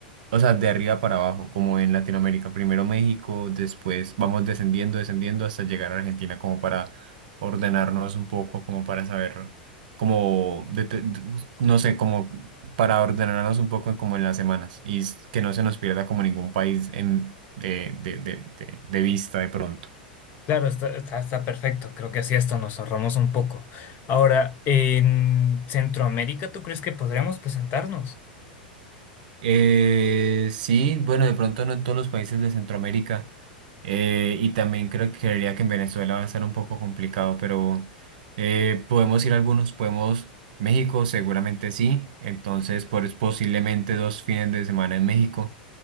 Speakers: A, on the right; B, on the left.
A: O sea, de arriba para abajo, como en Latinoamérica. Primero México, después vamos descendiendo, descendiendo hasta llegar a Argentina como para ordenarnos un poco, como para saber, como, de- de- no sé, como para ordenarnos un poco como en las semanas y s- que no se nos pierda como ningún país en, de, de, de, de- de vista de pronto.
B: Claro, está, está, está perfecto. Creo que así esto nos ahorramos un poco. Ahora, en Centroamérica, ¿tú crees que podríamos presentarnos?
A: Eh, sí, bueno, de pronto no en todos los países de Centroamérica eh, y también creo que creería que en Venezuela va a estar un poco complicado, pero eh, podemos ir a algunos, podemos México seguramente sí, entonces pues, posiblemente dos fines de semana en México.